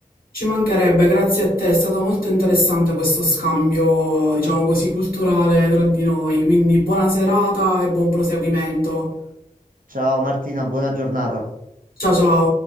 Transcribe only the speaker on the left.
Ci mancherebbe, grazie a te, è stato molto interessante questo scambio, diciamo così, culturale tra di noi, quindi buona serata e buon proseguimento.
Ciao ciao.